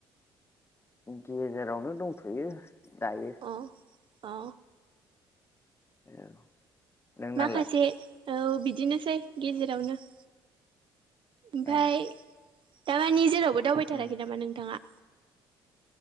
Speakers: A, on the left; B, on the right.
A: गेजेरावनो दंथ'यो दायो ।
B: अ अ
A: औ नोंनालाय
B: माखासे औ बिदिनोसै गेजेरावनो । ओमफफ्राय
A: ए
B: दारमानि जेरावबो दावबायथाराखै
A: उम
B: नामा नोंथाङा?